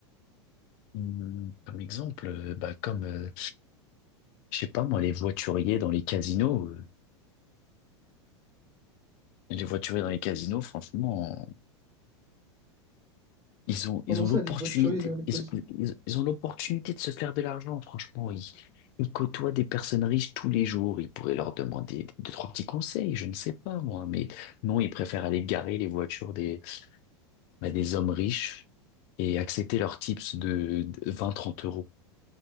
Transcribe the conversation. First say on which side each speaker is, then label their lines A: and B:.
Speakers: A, on the left; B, on the right.
A: Hum, Comme exemple, euh, bah comme, euh, je sais pas moi, les voituriers dans les casinos. euh, les voituriers dans les casinos, franchement. Ils ont,
B: Comment
A: ils ont
B: ça,
A: l'opportunité,
B: les voituriers dans les causes?
A: ils, ils, ils ont l'opportunité de se faire de l'argent, franchement. Ils, ils côtoient des personnes riches tous les jours. Ils pourraient leur demander deux, trois petits conseils, je ne sais pas, moi. Mais non, ils préfèrent aller garer les voitures des, bah, des hommes riches et accepter leurs tips de, de 20, 30 euros.